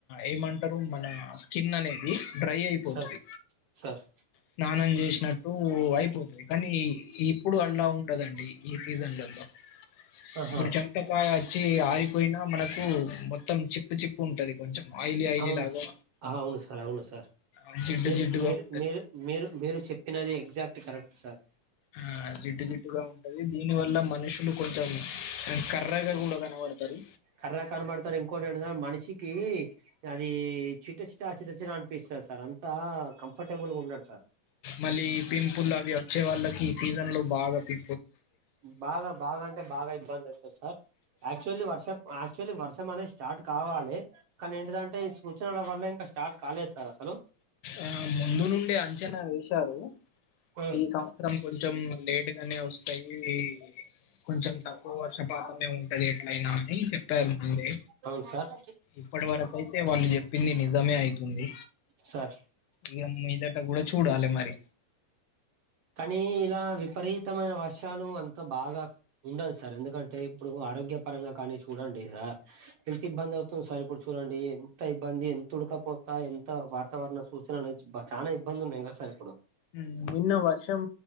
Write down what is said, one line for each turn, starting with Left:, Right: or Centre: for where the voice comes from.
Left: ఏమంటారు మన స్కిన్ అనేది డ్రై అయిపోతది
Right: సార్ సార్
Left: స్నానం చేసినట్టు అయిపోతది కానీ ఇప్పుడు అలా ఉండదండి ఈ సీజన్లలో
Right: ఆహా
Left: ఇప్పుడు చెమట కాయ వచ్చి ఆగిపోయినా మనకు ప్పు మొత్తం చిప్పు చిప్పు ఉంటది కొంచెం ఆయిలీ ఆయిలీ
Right: అవును
Left: లాగా
Right: సార్ అవును సార్ అవును సార్
Left: ఆ జిడ్డు
Right: మీరు
Left: జిడ్డుగా
Right: మీరు
Left: ఉంటది
Right: మీరు మీరు మీరు చెప్పినది ఎగజాక్ట్ కరక్ట్ సార్
Left: ఆ జిడ్డు జిడ్డు గా ఉంటది దీని వల్ల మ మనుషులు కొంచెం అండ్ కర్రగా కూడా కనబడతారు
Right: కర్ర కనబడతారు ఇంకోటి ఎంటదంటే మనిషకి అది చిట్ట చిట్ట చిట చిట అనిపిస్తది సార్ అంతా కంఫర్టబుల్ గా ఉండడు సార్
Left: మళ్ళీ పింపుల్ అవి వచ్చే వాళ్ళ ఈ సీజన్ లో బాగా పి
Right: బాగా బాగా అంటే బాగా ఇబ్బంది అయితది సార్ యాక్చువల్లీ వర్ష యాక్చువల్లీ వర్షం అనేది స్టార్ట్ కావాలి కానీ ఏంటిదంటే ఈ సూచనల వల్ల ఇంకా స్టార్ట్ కాలేదు సార్ అసలు
Left: ఆ ముందు నుండి అంచనా వేశారు
Right: ఆ,
Left: ఈ సంవత్సరం కొంచెం లేట్గానే వస్తాయి కొంచెం తక్కువ వర్షపాతమే ఉంటది ఎట్లయినా అని చెప్పారు ముందే
Right: అవును సార్
Left: ఇప్పటి వరకు అయితే వాళ్ళు చెప్పింది నిజమే అయితుంది
Right: సార్
Left: ఇగ మీదట కూడ చూడాలి మరి
Right: కానీ ఇలా విపరీతమైన వర్షాలు అంత బాగా ఉండదు సార్ ఎందుకంటే ఇప్పుడు ఆరోగ్య పరంగా కానీ చూడండి సార్ ఎంత ఇబ్బంది అవుతుంది సార్ ఇప్పుడు చూడండి ఎంత ఇబ్బంది ఎంత ఉడకపో ఎంత వాతావరణ సూచనలు చానా ఇబ్బంది ఉన్నాయి కదా సార్ ఇప్పుడు
Left: ఉం నిన్న వర్షం